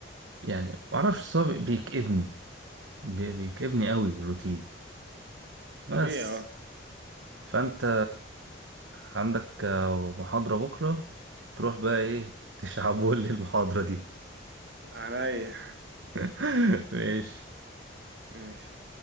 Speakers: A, on the right; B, on the right.
A: يعني معرفش صعب بيكئبني بي- بيكئبني قوي الروتين بس
B: طبيعي اه
A: فانت عندك محاضرة بكرة تروح بقى ايه تشعبولي المحاضرة دي
B: <clears throat> عينيا
A: <laughs> ماشي
B: ماشي